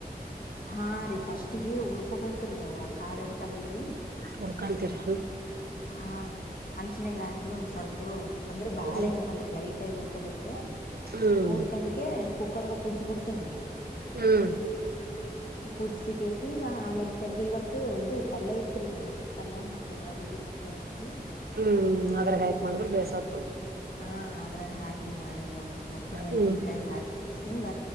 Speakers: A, on the left; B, on the right.
A: ಹಾ ರೀ ಫಸ್ಟ್ಗ ಉರ್ಕೊಬೇಕ್ರೀ ಅವು ಕಾಳ ಇರ್ತಾವಲ್ರಿ.
B: ಹುರ್ಕಳ್ತರಿ.
A: ಹ ಹಂಚನಾಗ ಹಾಕಿ ಒಂದ ಸ್ವಲ್ಪ ಅಂದ್ರ
B: ಹ್ಮ್
A: ಬಾಳ ನೋಡಲ್ರಿ ಲೈಟ್ ಆಗಿ ಉುರ್ಕೋಬೇಕು.
B: ಹ್ಮ್
A: ಊರ್ಕಂಡಕ
B: ಹ್ಮ್
A: ಕುಕ್ಕರ್ದಾಗ ಕೂಗಿಸಿ ಬಿಡ್ತೇನ್ರೀ
B: ಹ್ಮ್
A: <inaudible> ಕುದಿಸಿ ಕೇಸಿಂದ ಆಮೇಲೆ ತೆಗ್ದು ಇವತ್ತು ಇದು ಪಲ್ಯ ಐತ್ರಿ ಮೆಂತ್ಯ ಪಲ್ಯ ಮತ್ತೆ ಒಳಗಡ್ಡಿ ತಪ್ಲ ಇತ್ರಿ
B: ಹ್ಮ್ ಅದ್ರಾಗ ಆಯ್ಕ್ ಮಾಡ್ರ ಬೇಸವ
A: ಹಾ ಅದ್ರಾಗ ಹಾಕಿ ಮಾಡಿ ನೋಡ್ರಿ ಹಸಿಮೆಣಸಿನ್ಕಾಯಿ
B: ಹ್ಮ್
A: ಹಾಕ ಬಸಿಂದ